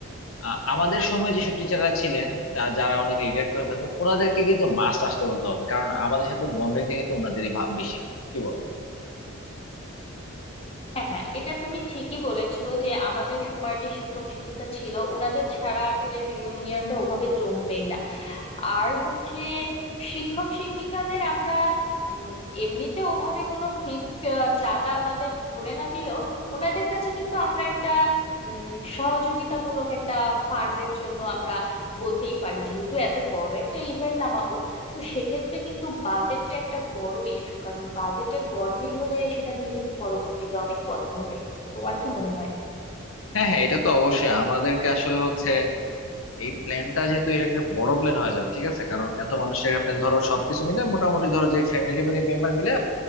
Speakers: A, on the left; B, on the left.
A: আহ, আমাদের সময় যেসব টিচাররা ছিলেন তা- যারা অনেকে রিটায়ার করে ফেলছেন ওনাদেরকে কিন্তু মাস্ট আসতে বলতে হবে কারণ আমাদের সাথে বন্ডিংটা কিন্তু ওনাদেরই ভা- বেশি কি বলো
B: হ্যাঁ হ্যাঁ এটা তুমি ঠিকই বলেছো যে আমাদের সময় যে শিক্ষক শিক্ষিকা ছিল ওনাদের ছাড়া আসলে রিইউনিয়নটা ওভাবে জমবেই না আর হচ্ছে শিক্ষক শিক্ষিকাদের আমরা উম, এমনিতে ওভাবে কোনো ফিক্সড চাঁদা ওনাদের ধরে না দিলেও ওনাদের কাছে কিন্তু আমরা একটা উম, সহযোগিতামূলক একটা ফান্ডের জন্য আমরা বলতেই পারি যেহেতু এত বড় একটা ইভেন্ট নামাবো তো সেক্ষেত্রে কিন্তু বাজেটটা একটা বড় ইস্যু কারণ বাজেটের গরমিল হলে সেটা নিয়ে কিন্তু পরবর্তীতে অনেক কথা ওঠে তোমার কি মনে হয়
A: হ্যাঁ হ্যাঁ এটা তো অবশ্যই আমাদেরকে আসলে হচ্ছে এই প্ল্যানটা যেহেতু এটা একটা বড় প্ল্যান হয়ে যাবে ঠিক আছে কারণ এত মানুষের একটা প্ল্যান ধরো সবকিছু মিলে মোটামুটি ধরো যে ফ্যামিলি মেম্বার মিলে